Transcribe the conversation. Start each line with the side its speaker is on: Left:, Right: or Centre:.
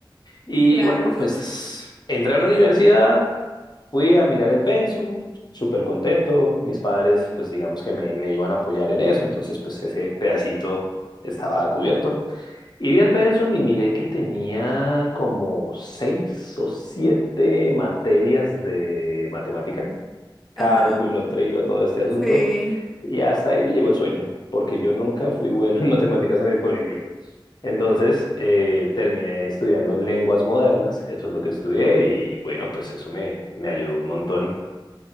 Left: Y
Centre: claro.
Left: bueno,
Centre: <laughs>
Left: pues entré a una universidad, fui a mirar el pensum, súper contento. Mis padres, pues digamos que me, me iban a apoyar en eso, entonces pues ese pedacito estaba cubierto. Y vi el pensum y miré que tenía como seis o siete materias de matemática, cálculo,
Centre: Ajá,
Left: trigo, todo este asunto.
Centre: sí.
Left: Y hasta ahí me llegó el sueño, porque yo nunca fui bueno <laughs> en matemáticas en el colegio. Entonces, eh, terminé estudiando lenguas modernas, eso es lo que estudié y bueno, pues eso me, me ayudó un montón,